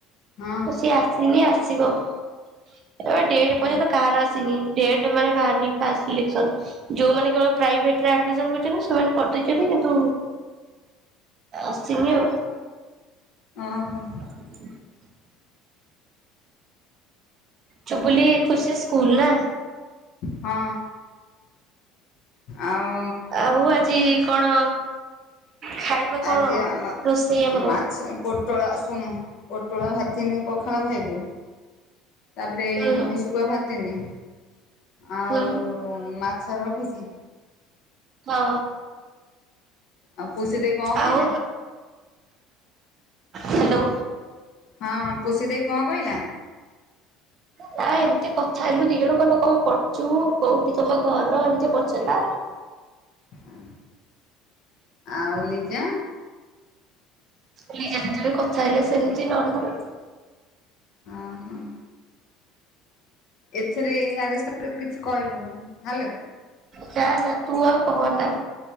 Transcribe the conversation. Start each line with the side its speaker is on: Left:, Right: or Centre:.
Left: ହଁ
Right: ସିଏ ଆସିନେଇ ଆସିବ। ଆ ଡେଟ ଏ ପର୍ଯ୍ୟନ୍ତ
Left: ହଁ
Right: କାହାର ଆସିନି ଡେଟ ମାନେ ବାହାରିନି ଫାଷ୍ଟ ସିଲେକ୍ସନ। ଯୋଉମାନେ କେବଳ ପ୍ରାଇଭେଟରେ ଆଡମିସନ କରଛନ୍ତି ସେମାନେ କରିଦେଇଛନ୍ତି କିନ୍ତୁ ଆସିନି ଆଉ।
Left: ଓ ହୋ।
Right: <unintelligible> ଚୁବୁଲି ଖୁସି ସେ ସ୍କୁଲ ନା।
Left: ହଁ। ଆଉ
Right: ଆଉ ଆଜି କଣ ଖାଇବା କଣ
Left: ଆଜି ଆମ
Right: ରୋଷେଇ ଆମର।
Left: ମାଛ ପୋଟଳ ଶୁଣୁ ପୋଟଳ ଭାଥିନୀ ପଖାଳ ଖାଇଲୁ। ତାପରେ
Right: ହୁଁ
Left: ନୁଣି ଶୁଖୁଆ ଭାଜିଥିଲି ଆଉ
Right: ହୁଁ
Left: ମା ସାର ଅଫିସି
Right: ହଁ।
Left: ଆଉ ପୁସୀ ଦେଇ କଣ କହିଲା।
Right: ଆଉ ହ୍ୟାଲୋ।
Left: ହଁ ପୁଷି ଦେଇ କଣ କହିଲା।
Right: ନା ଏମିତି କଥା ହେଲୁ ଦି ଜଣ କଇଲା କଣ କରୁଚୁ କୋଉଠି ତମ ଘର ଏମିତି ପଚାରିଲା।
Left: ଅ ହଁ ଆଉ ଲିଜା।
Right: ଲିଜା ଲିଜା କଥା ହେଲେ ସେମିତି ନର୍ମାଲ।
Left: ହଁ ହଁ। ଏଥିରେ ଏଆଡେ ସିଆଡେ କିଛି କହିବୁନି ହେଲୋ।
Right: ଯା ଯା ନା ତୁ ଆଉ କହନା।